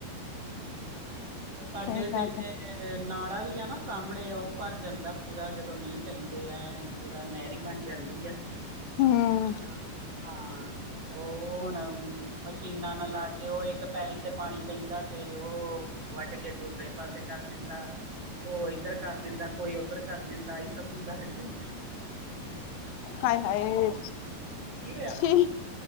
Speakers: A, on the left; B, on the right.
A: ਸਹੀ
B: ਸਾਡੇ
A: ਗੱਲ
B: ਤੇ
A: ਹੈ
B: ਏਨੇ ਨਾਲਾ ਵੀ ਆ ਨਾ ਸਾਹਮਣੇ ਉਹ ਭਰ ਜਾਂਦਾ ਪੂਰਾ ਜਦੋਂ ਮੀਂਹ ਪੈਂਦੇ ਆ ਪੂਰਾ ਨਹਿਰੀ ਬਣ ਜਾਂਦੀ ਆ
A: ਹਮ
B: ਨਾ ਹਾਂ ਉਹ ਹੁਣ ਮਸ਼ੀਨਾਂ ਨਾ ਲਾ ਕੇ ਉਹ ਇੱਕ ਪੈਲੀ ਤੇ ਪਾਣੀ ਪੈਂਦਾ ਤੇ ਉਹ ਵੱਡ ਕੇ ਦੂਸਰੇ ਪਾਸੇ ਕਰ ਦਿੰਦਾ ਉਹ ਇਧਰ ਕਰ ਦਿੰਦਾ ਕੋਈ ਉਧਰ ਕਰ ਦਿੰਦਾ ਸਭ ਹੁੰਦਾ ਰਹਿੰਦਾ
A: ਹਾਏ ਹਾਏ!
B: ਕੀ ਹੋਇਆ?
A: ਛੀ